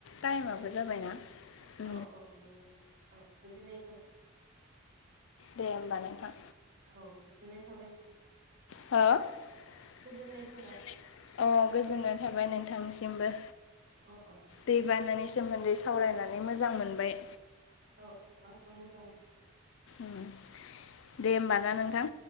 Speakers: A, on the left (about 60°); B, on the right (about 40°).
A: टाइमाबो
B: दे बिदिब्ला
A: जाबायना। <inaudible>
B: औ औ नंगौ दे औ गोजोननाय थाबाय।
A: दे ओमबा नोंथां।
B: औ गोजोननाय थाबाय नोंथां।
A: हो औ
B: गोजोननाय थाबाय
A: गोजोननाय थाबाय नोंथांसिमबो।
B: अ अ।
A: दैबानानि सोमोन्दै सावरायनानै मोजां मोनबाय।
B: औ औ आंबो मोजां मोनो।
A: ओम दे होमबा ना नोंथां।